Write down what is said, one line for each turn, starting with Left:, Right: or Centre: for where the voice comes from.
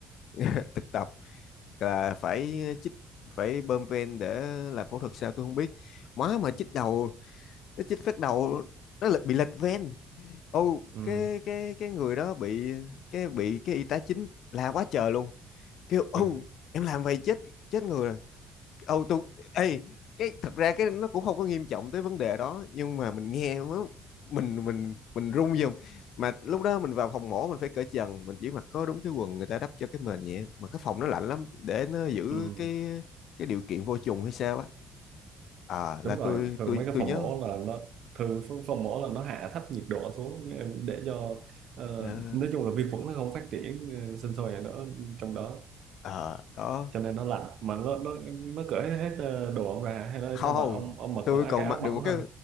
Left: <laughs> thực tập là phải chích phải bơm ven để làm phẫu thuật sao tôi không biết má mà chích đầu nó chích phát đầu nó lại bị lệch ven ô
Right: Ừ.
Left: cái cái cái người đó bị cái bị cái y tá chính la quá trời luôn kêu ô
Right: Kinh.
Left: em làm vậy chết chết người rồi ô tôi ê cái thật ra cái nó cũng không có nghiêm trọng tới vấn đề đó nhưng mà mình nghe nó mình mình mình run dùng mà lúc đó mình vào phòng mổ mình phải cởi trần mình chỉ mặc có đúng cái quần người ta đắp cho cái mền nhẹ mà cái phòng nó lạnh lắm để nó giữ
Right: Ừ.
Left: cái cái điều kiện vô trùng hay sao á à
Right: đúng
Left: là
Right: rồi
Left: tôi
Right: thường
Left: tôi
Right: mấy cái
Left: tôi
Right: phòng
Left: nhớ
Right: mổ là nó thường ph- phòng mổ là nó hạ thấp nhiệt độ xuống ờ, để cho ờ,
Left: Ừ,
Right: nói chung là vi khuẩn nó không phát triển ờ, sinh sôi ở đó trong đó
Left: ờ à, đó
Right: cho nên nó lạnh mà nó nó nó cởi hết ờ, đồ ông ra hay là
Left: không
Right: cho mặc
Left: không
Right: ông ông mặc
Left: tôi
Right: có
Left: còn
Right: cái áo
Left: mặc được
Right: mỏng
Left: một cái
Right: thôi